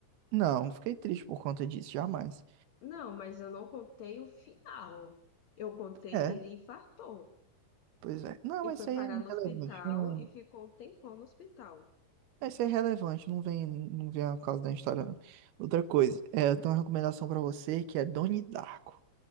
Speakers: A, on the right; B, on the left.
A: Não, não fiquei triste por conta disso, jamais.
B: Não, mas eu não contei o final. Eu contei
A: É,
B: que ele infartou.
A: pois é. Não,
B: E
A: mas
B: foi
A: isso aí
B: parar
A: é irrelevante.
B: no hospital
A: Não...
B: e ficou um tempão no hospital.
A: Isso aí é relevante, não vem, não vem a causa da história. não. Outra coisa, é, eu tenho uma recomendação pra você que é Donnie Darko,